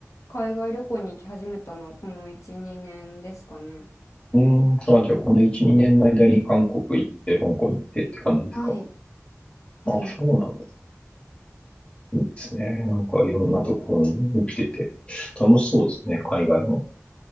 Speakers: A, on the left; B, on the left.
A: 海外旅行に行き始めたのはこの1、2年ですかね。
B: うーん、あ、じゃあこの1、2年の間に韓国行って、香港行ってって感じですか。
A: はい。はい。
B: あ、そうなんです。いいですね。なんかいろんなところに行ってて、楽しそうですね、海外も。